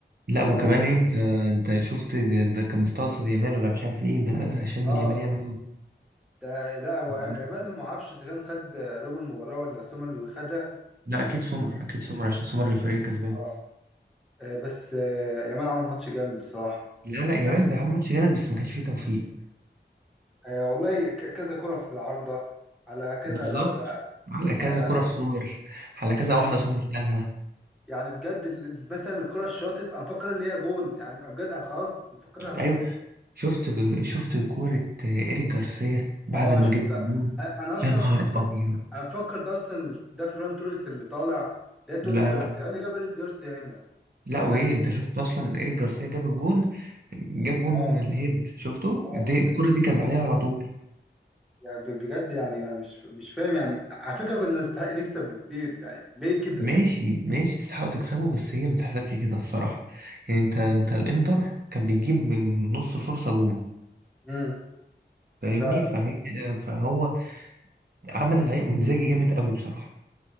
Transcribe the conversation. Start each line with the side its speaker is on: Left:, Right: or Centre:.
Right: لا وكمان
Centre: ده
Right: إيه، انت انت شفت ده, ده كان مستقصد يامال ولا مش عارف ايه ده ده شال من
Centre: اه
Right: يامال يامال
Centre: ده لا هو
Right: اوي
Centre: يامال ما اعرفش اذا كان خد رجل المباراه ولا سومر اللي خدها
Right: لا
Centre: بس
Right: اكيد سمر اكيد سمر عشان سمر الفريق الكسبان
Centre: اه آه، بس آه، يامال عمل ماتش جامد بصراحه
Right: لا لا جمال
Centre: يعني
Right: بيعمل ماتش جامد بس ما كانش فيه توفيق
Centre: آه، والله ك- كذا كره في العارضه على كذا
Right: بالظبط
Centre: لعبه
Right: على كذا
Centre: آه،
Right: كرة في سمر على كذا
Centre: يعني
Right: واحدة سمر شالها
Centre: يعني بجد ال- ال- مثلا الكرة الشاطت انا مفكر اللي هي جون يعني بجد انا خلاص مفكرها جون
Right: ايوه شفت شفت كورة ايريك جارسيا بعد
Centre: اه
Right: ما
Centre: شفت
Right: جبت
Centre: أ-
Right: الجون
Centre: انا اصلا
Right: يا نهار
Centre: كنت فاكر
Right: ابيض
Centre: انا مفكر ده اصلا ده فيران توريس اللي طالع ده توريس
Right: لا
Centre: جارسيا
Right: لا
Centre: إيه اللي جاب ايريك جارسيا هنا
Right: لا وايه
Centre: يعني
Right: انت شفت اصلا ايريك جارسيا جاب الجون جاب جون
Centre: اه
Right: الهيد شفته
Centre: اه
Right: دي الكرة
Centre: انا شفت
Right: دي كانت بعديها على طول
Centre: يعني ب- بجد يعني أنا مش مش فاهم يعني على فكرة كنا نستحق نكسب بكتير يعني ليه كده
Right: ماشي ماشي تستحقوا تكسبوا بس هي ما تتحسبش كده الصراحة يعني انت انت الانتر كان بيجيب من نص فرصة جون
Centre: امم
Right: فاهمني
Centre: فعلا
Right: فهي فهو عمل العيب وانزاجي جامد قوي بصراحة